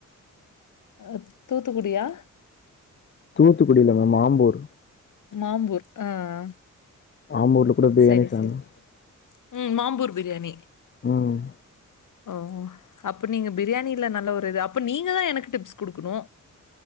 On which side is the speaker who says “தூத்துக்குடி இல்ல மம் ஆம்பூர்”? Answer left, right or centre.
Left